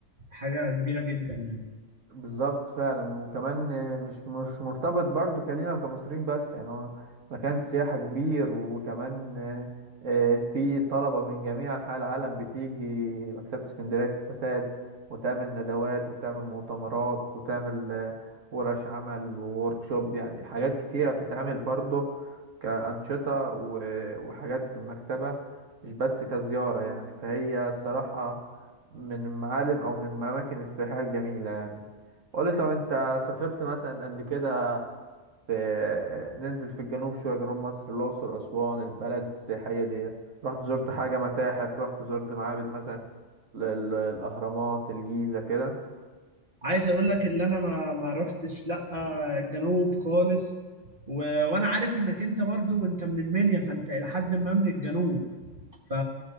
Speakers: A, on the right (about 40°); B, on the right (about 70°).
A: حاجه كبيره جدا يعني
B: بالظبط فعلا وكمان مش مش مرتبط برضو كلينا وكمصريين بس يعني هو مكان سياحة كبير وكمان آه، في طلبة من جميع أنحاء العالم بتيجي مكتبة اسكندرية تستفاد وتعمل ندوات وتعمل مؤتمرات وتعمل آه، ورش عمل ووركشوب يعني حاجات كتيرة بتتعمل برضو كأنشطة و- وحاجات في المكتبة مش بس كزيارة يعني فهي الصراحة من المعالم أو من الأماكن السياحية الجميلة يعني قولي طب انت سافرت مثلا قبل كده في ننزل في الجنوب شوية جنوب مصر الأقصر أسوان البلد السياحية دي رحت زرت حاجة متاحف رحت زرت معابد مثلا ال- ال- الأهرامات الجيزة كده
A: عايز اقول لك اللي انا ما ما رحتش لا الجنوب خالص و... وانا عارف انك انت برضو انت من المنيا فانت الى حد ما من الجنوب ف